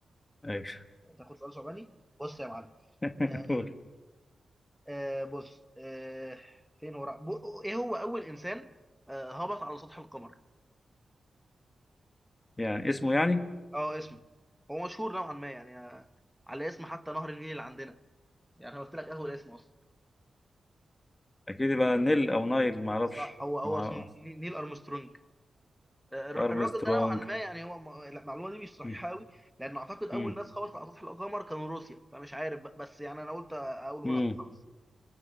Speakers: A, on the left; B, in the centre.
A: ايوه
B: تاخد سؤال ثعباني بص يا معلم
A: <laughs>
B: آه
A: قول.
B: آه بص آه فين هو رأ- بو- ايه هو اول انسان آه هبط على سطح القمر
A: يعني اسمه يعني
B: اه اسمه هو مشهور نوعا ما يعني آه، على اسم حتى نهر النيل اللي عندنا يعني أنا قلت لك اول اسم اصلا
A: اكيد يبقى نيل او نايل ما اعرفش
B: صح هو هو
A: مع-
B: اسمه نيل ارمسترونج الر-
A: ارمسترونج
B: الراجل ده نوعا ما يعني هو م- لا، المعلومه دي مش صحيحه
A: مم.
B: قوي لان اعتقد اول
A: مم.
B: ناس خبطت على سطح القمر كانوا روسيا فمش عارف بقى، بس يعني انا قلت اقوله
A: مم.
B: لك خلاص